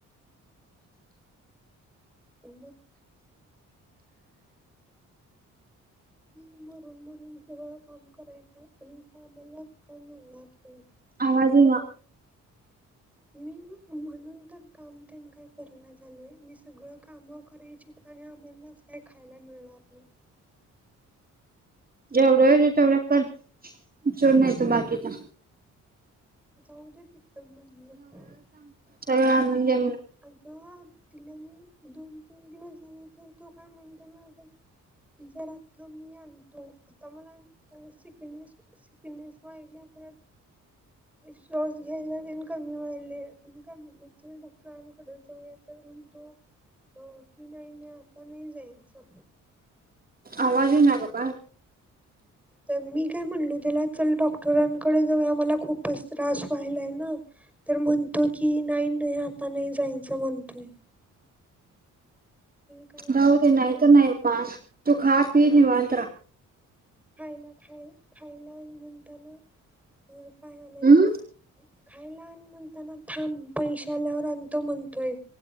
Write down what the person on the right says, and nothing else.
आवाज
इना.
जेवढा होतय तेवढ्या कर सोड नाही तर बाकीचं.
सगळ म्हणजे
आवाजे येना गं बाय
जाऊ
दे नाही
तर नाही, मा तू खा, पी निवांत रा.
हम्म